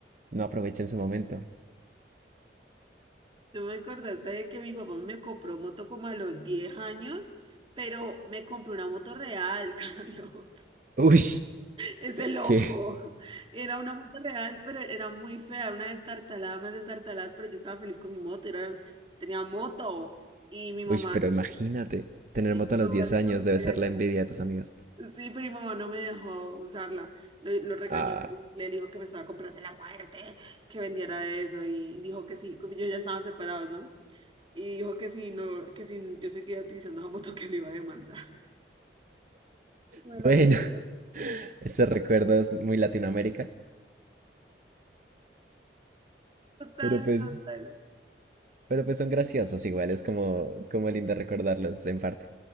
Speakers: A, on the right; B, on the right.
A: No aproveché en su momento.
B: Tú me acordaste de que mi papá me compró moto como a los 10 años, pero me compró una moto real, <laughs> Carlos.
A: Uy,
B: Ese loco.
A: qué.
B: Era una moto real, pero era muy fea, era una destartalada más destartalada, pero yo estaba feliz con mi moto, era, tenía moto. Y mi mamá,
A: Uy, pero imagínate, tener
B: y
A: moto
B: mi mamá
A: a los 10
B: le
A: años
B: hizo
A: debe
B: regañar.
A: ser la envidia de tus amigos.
B: Sí, primo, no me dejó usarla. Lo, lo regañó,
A: Ah,
B: terrible, le dijo que me estaba comprando la muerte, que vendiera eso y dijo que sí, como ellos ya estaban separados, ¿no? Y dijo que sí, no, que si yo seguía utilizando esa moto <laughs> que le iba a demandar. <laughs> Me
A: bueno,
B: la vendió.
A: <laughs> esos recuerdos muy Latinoamérica.
B: Total,
A: Pero pues
B: total.
A: Pero pues son graciosos igual, es como, como lindo recordarlos en parte.